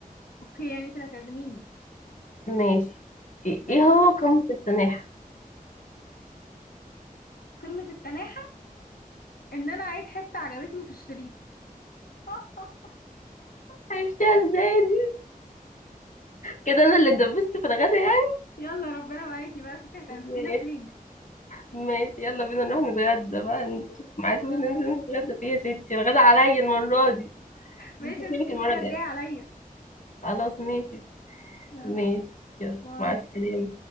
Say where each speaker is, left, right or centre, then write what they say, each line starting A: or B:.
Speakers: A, on the left; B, on the left.
A: اوكي يعني انت اللي هتعزميني
B: ماشي ايه
A: يلا
B: إيه هو قمة التناحة
A: قمة التناحة ان انا عيد حتة عجبتني في الشريط <laughs>
B: عرفتها ازاي دي كده انا اللي دبست في الغدا يعني
A: يلا ربنا معاكي بقى شوفي هتعزمينا
B: ماشي
A: فين
B: ماشي يلا بينا نروح نتغدى بقى
A: <laughs>
B: نشوف ميعاد وننزل
A: يلا
B: نتغدى فيه يا ستي الغدا عليا المرة دي بس
A: ماشي
B: مش هسيبك
A: يا ستي
B: المرة
A: المرة
B: الجاية
A: الجاية عليا
B: خلاص ماشي
A: يلا
B: ماشي يلا
A: باي
B: مع السلامة